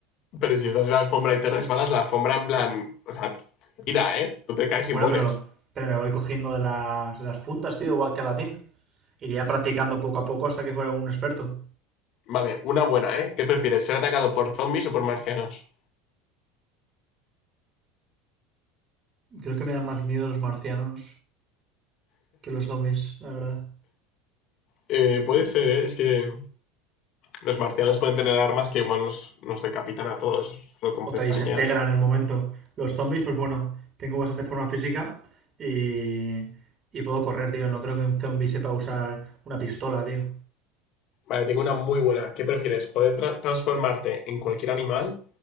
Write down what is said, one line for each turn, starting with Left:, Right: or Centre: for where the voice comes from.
Left: pero si estás en la alfombra y te resbalas, la alfombra en plan... O sea, tira, ¿eh? Tú te caes y
Right: Bueno,
Left: mueres.
Right: pero, pero me voy cogiendo de las, de las puntas, tío, igual que Aladdin. Iría practicando poco a poco hasta que fuera un experto.
Left: Vale, una buena, ¿eh? ¿Qué prefieres, ser atacado por zombies o por marcianos?
Right: Creo que me dan más miedo los marcianos que los zombies, la verdad.
Left: Eh, puede ser, ¿eh? Es que... Los marcianos pueden tener armas que igual nos, nos decapitan a todos, solo con pestañas.
Right: O te desintegran en el momento. Los zombies, pues bueno, tengo bastante forma física y, y puedo correr, tío. No creo que un zombie sepa usar una pistola, tío.
Left: Vale, tengo una muy buena. ¿Qué prefieres? ¿Poder tra- transformarte en cualquier animal